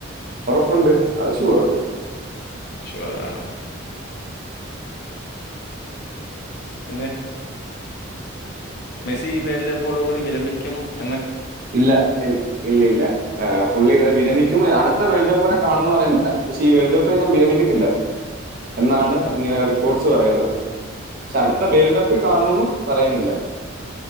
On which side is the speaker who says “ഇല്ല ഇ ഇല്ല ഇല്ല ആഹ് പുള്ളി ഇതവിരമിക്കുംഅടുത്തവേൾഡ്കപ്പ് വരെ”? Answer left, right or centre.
Right